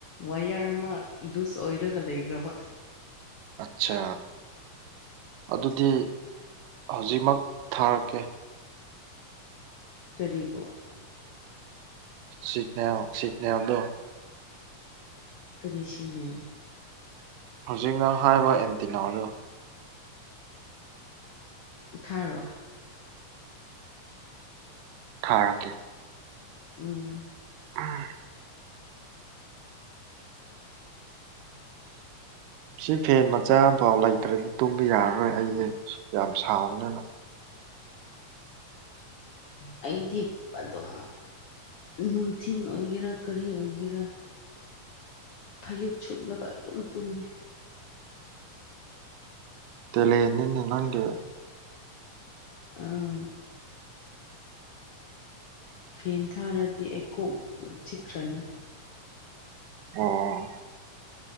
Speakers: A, on the left; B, on the right.
A: ꯋꯥꯏꯌꯔ ꯑꯃ ꯂꯨꯁ ꯑꯣꯏꯔꯒ ꯂꯩꯈ꯭ꯔꯕ
B: ꯑꯠꯁꯤ ꯑꯗꯨꯗꯤ ꯍꯧꯖꯤꯛꯃꯛ ꯊꯥꯔꯛꯀꯦ
A: ꯀꯔꯤꯕꯣ
B: ꯁꯤꯛꯅꯦꯜ ꯁꯤꯛꯅꯦꯜꯗꯣ
A: ꯀꯔꯤ ꯁꯤꯛꯅꯦꯜ
B: ꯍꯧꯖꯤꯛꯅ ꯍꯥꯏꯕ ꯑꯦꯟꯇꯤꯅꯗꯣ
A: ꯊꯥꯔꯛꯑꯣ
B: ꯊꯥꯔꯛꯀꯦ
A: ꯎꯝ
B: ꯑꯝ ꯁꯤ ꯐꯦꯟ ꯃꯆꯥ ꯑꯃꯐꯥꯎ ꯂꯩꯇ꯭ꯔꯗꯤ ꯇꯨꯝꯕ ꯌꯥꯔꯔꯣꯏ ꯑꯩꯗꯤ ꯌꯥꯝ ꯁꯥꯕꯅꯤꯅ
A: ꯎ <inaudible> ꯑꯩꯗꯤ ꯑꯗꯨꯝ ꯅꯨꯡꯊꯤꯟ ꯑꯣꯏꯒꯦꯔꯥ ꯀꯔꯤ ꯑꯣꯏꯒꯦꯔꯥ ꯐꯩꯖꯨꯞ ꯁꯨꯞꯂꯒ ꯑꯗꯨꯝ ꯇꯨꯝꯃꯦ
B: ꯇꯦꯂꯦꯟꯅꯤꯅꯦ ꯅꯪꯒꯤ
A: ꯑꯡ ꯐꯦꯟ ꯊꯥꯔꯗꯤ ꯑꯩ ꯀꯣꯛ ꯆꯤꯛꯈ꯭ꯔꯅꯤ
B: ꯑꯣ